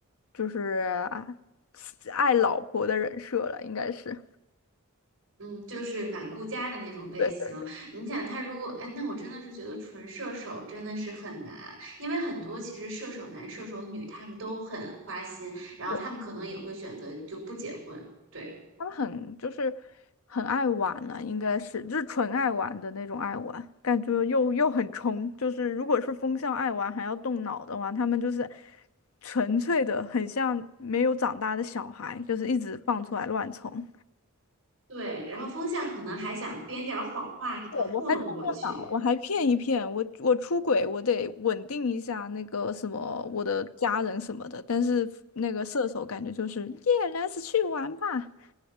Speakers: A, on the left; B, on the right.
A: 就是啊爱老婆的人设了，应该是。
B: 嗯，就是蛮顾家的那种类型。
A: 对对
B: 你想他如果，哎，那我真的是觉得纯射手真的是很难，因为很多其实射手男、射手女他们都很花心，然后他们可能也会选择就不结婚。
A: 对，
B: 对
A: 他们很就是很爱玩了，应该是就是纯爱玩的那种爱玩，感觉又又很冲。就是如果是风向爱玩还要动脑的话，他们就是纯粹的，很像没有长大的小孩，就是一直放出来乱冲。
B: 对，然后风象可能还想编点儿谎话给他糊弄过去。
A: 我我还动过脑，我还骗一骗我，我出轨，我得稳定一下那个什么我的家人什么的。但是那个射手感觉就是耶，let's 去玩吧。